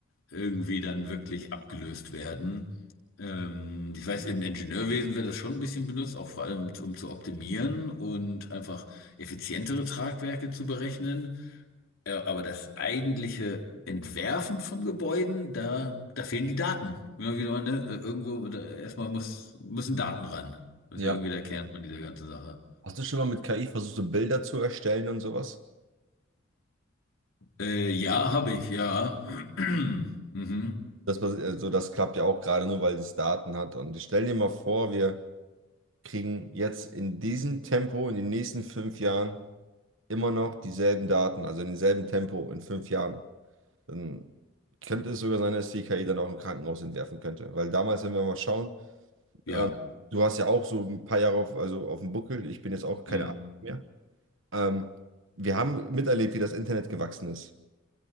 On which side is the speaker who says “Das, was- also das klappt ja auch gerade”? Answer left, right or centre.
Right